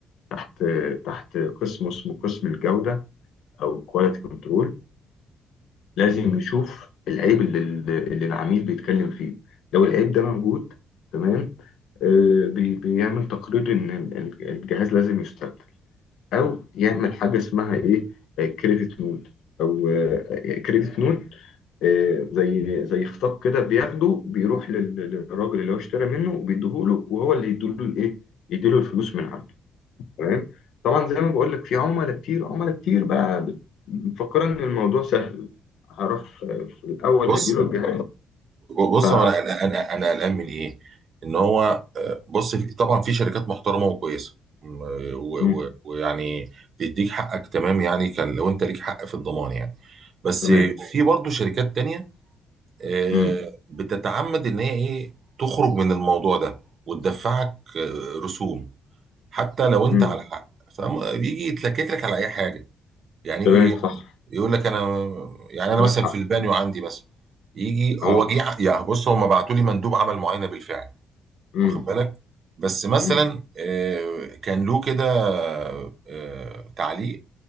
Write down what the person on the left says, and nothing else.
تحت تحت قسم اسمه قسم الجودة او كواليتي كنترول لازم يشوف العيب اللي اللي العميل بيتكلم فيه لو العيب ده موجود تمام آه، بي- بيعمل تقرير ان ال- ال- الجهاز لازم يستبدل او يعمل حاجة اسمها ايه كريدت نوت او كريدت نوت آه، زي زي خطاب كده بياخده بيروح لل- للراجل اللي هو اشترى منه وبيديهوله وهو اللي يديله الايه يديله الفلوس من عنده تمام طبعا زي ما بقول لك في عملاء كتير عملاء كتير بقى بت- مفكره ان الموضوع سهل هروح في في الاول
اديله الجهاز
ف
مم،
تمام
مم،
مم،
تمام
صح
عندك
حق
اه
مم،
مم،